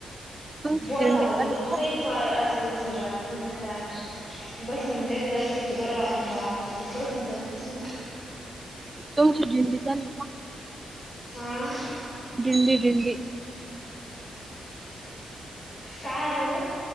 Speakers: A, on the right; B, on the left.
A: तुमची
B: बोर
A: दिंडी
B: झालं
A: चालली
B: बी त
A: का
B: काइ. <unintelligible> असं हे वाटत नई ना का. बसून देल जरशीक तर बरं वाटन, बुवा पन ते बसून देतच नई ना.
A: तुमची दिंडी चाली का.
B: आं..
A: दिंडी दिंडी.
B: काय आलं गं.